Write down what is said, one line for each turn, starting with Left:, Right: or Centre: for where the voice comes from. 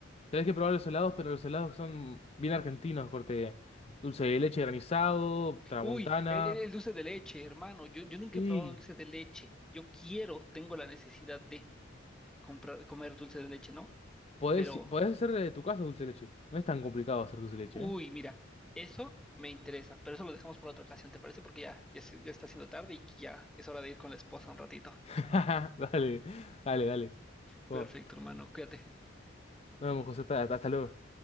Left: Tenés que probar los helados, pero los helados que son bien argentinos, corte dulce de leche granizado, tramontana.
Centre: Uy, el, el- el dulce de leche, hermano. Yo, yo nunca
Left: Y
Centre: he probado dulce de leche. Yo quiero, tengo la necesidad de comprar, comer dulce de leche, ¿no?
Left: podés,
Centre: Pero,
Left: podés hacer de tu casa dulce de leche. No es tan complicado hacer dulce de leche,
Centre: uy,
Left: ¿eh?
Centre: mira, eso me interesa, pero eso lo dejamos para otra ocasión, ¿te parece? Porque ya, ya, se- ya está siendo tarde y ya es hora de ir con la esposa un ratito.
Left: <laughs> Dale, dale, dale.
Centre: Perfecto,
Left: Bueno,
Centre: hermano, cuídate.
Left: nos vemos, José. Hasta, hasta luego.